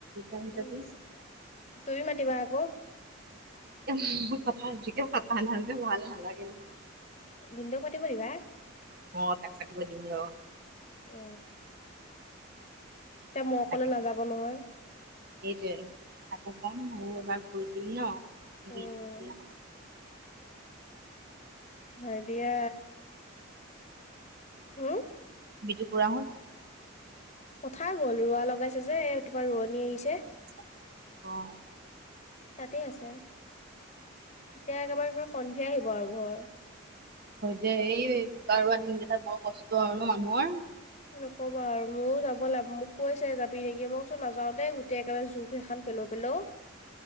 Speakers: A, on the right (about 45°); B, on the left (about 35°).
A: আ
B: উম
A: তাবিজ
B: তুমি মাতিবা আকৌ
A: এ মোৰ কথাজিকে পতা নাই যে ভাল নালাগে নহয়
B: ভিনদেউক পাতিব দিবা
A: অ তাক পাতিব দিম ৰ।
B: উ। এতিয়া মই
A: তাকে
B: কলে নাযাব নহয়।
A: সেইটোৱে তাকো কম ময় এবাৰ কৰি দিম ন থাকিবি
B: উম
A: এ।
B: হ দিয়া। হম।
A: বিটো পুৰা হ'ল।
B: পথাৰ গ'ল ৰোৱা লগাইছে যে এ তোমাৰ ৰোৱনী আহিছে।
A: অ'।
B: তাতেই আছে এতিয়া একেবাৰে একবাৰে সন্ধিয়া আহিব আৰু ঘৰ।
A: হয় যে এই বোকা ৰোৱা দিনকেইটা বৰ কষ্ট আৰু ন মানুহৰ।
B: নকবা আৰু ময়ো যাব লাগ মোক কৈছে যাবি নেকি মইচোন নাযাও দেই গোটেই একেবাৰে জু সেইখন পেলও পেলও।